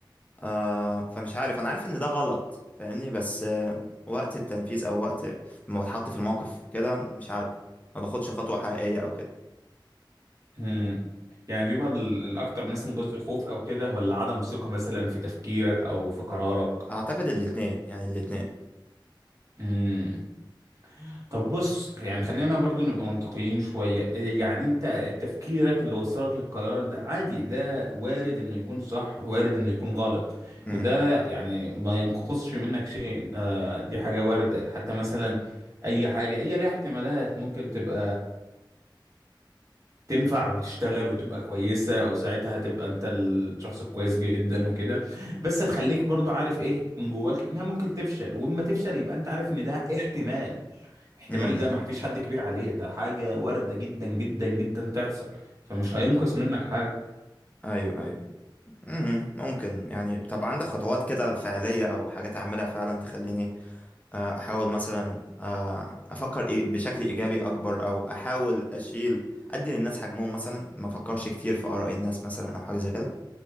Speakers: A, on the left; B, on the right.
A: آه فمش عارف انا عارف ان ده غلط فاهمني بس آه وقت التنفيذ او وقت ما بتحط في الموقف كده مش عارف ما باخدش خطوه حقيقيه او كده
B: مم. يعني بيبقى ال- الاكتر مثلا جزء خوف او كده ولا عدم ثقة مثلا في تفكيرك او في قرارك
A: اعتقد الاثنين يعني الاثنين
B: مم. طب بص يعني خلينا برضو نبقى منطقيين شوية إيه يعني انت تفكيرك اللي وصلك للقرار ده عادي ده وارد انه يكون صح وارد انه يكون غلط
A: امم
B: وده يعني ما ينقصش منك شيء آه دي حاجة واردة حتى مثلا اي حاجة هي ليها احتمالات ممكن تبقى تنفع وتشتغل وتبقى كويسة وساعتها هتبقى انت الشخص الكويس جدا وكده بس هتخليك برضو عارف ايه من جواك انها ممكن تفشل واما تفشل يبقى انت عارف ان ده احتمال احتمال
A: امم
B: ده ما فيش حد كبير عليه ده حاجة واردة جدا جدا جدا تحصل فمش هينقص منك حاجة
A: ايوه ايوه مم. ممكن يعني طب عندك خطوات كده فعليه او حاجات اعملها فعلا تخليني آه، احاول مثلا آه، افكر إيه بشكل ايجابي اكبر او احاول اشيل ادي للناس حجمهم مثلا ما افكرش كتير في اراء الناس مثلا او حاجه زي كده